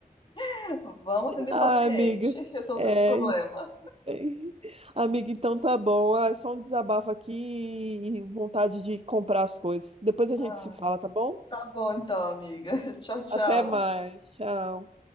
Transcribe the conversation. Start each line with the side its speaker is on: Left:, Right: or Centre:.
Left: <laughs> vamos atender
Right: Ai,
Left: paciente,
Right: amiga,
Left: <laughs> resolver
Right: é,
Left: problema.
Right: <laughs> Amiga, então tá bom. Ah, é só um desabafo aqui e vontade de comprar as coisas. Depois a
Left: Ai,
Right: gente se fala, tá bom?
Left: tá bom então, amiga. <laughs> Tchau, tchau.
Right: Até mais. Tchau.